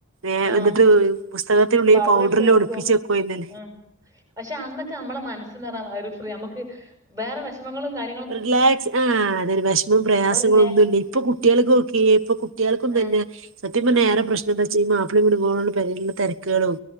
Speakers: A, on the right (about 65°); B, on the right (about 15°).
A: ഏഹ്
B: ആഹ്
A: എന്നിട്ട് പുസ്തകത്തിനുള്ളിൽ
B: പൗഡർ
A: പൗഡറിൽ
B: ഇട്ട് വെക്കും
A: ഒളിപ്പിച്ച് വെക്കുയ്നി
B: ആഹ് പക്ഷെ അന്നൊക്കെ നമ്മളെ മനസ്സ് നറഞ്ഞ ഒരു ഫ്രീ നമുക്ക് വേറെ വിഷമങ്ങളും കാ
A: റിലാക്സ് ഉം അതൊരു പക്ഷെ ഇപ്പ പ്രയാസങ്ങളൊന്നുല്ല്യ
B: ഒരു റിലേ
A: ഇപ്പൊ കുട്ടിയെൾക്കൊക്കി ഇപ്പൊ കുട്ടികൾക്കും തന്നെ
B: ആഹ്
A: സത്യം പറഞ്ഞ ഏറെ പ്രശ്ന എന്താ വെച്ചയ്ഞ്ഞ മാപ്പിളീം <unintelligible> പേരെലുള്ള തെരക്കെളും